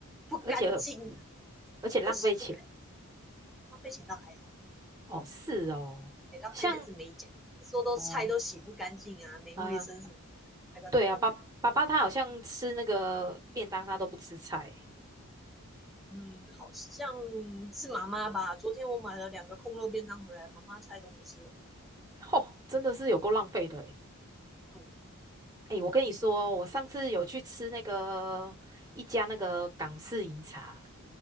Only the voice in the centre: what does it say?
不干净啊，
我都洗不干净。浪费钱倒还好，
欸浪费钱是没讲，
说都菜都洗不干净啊，
没卫生什么，
还把人。
嗯，好像是妈妈吧。
昨天我买了两个空肉便当回来，妈妈菜都没吃完，
对，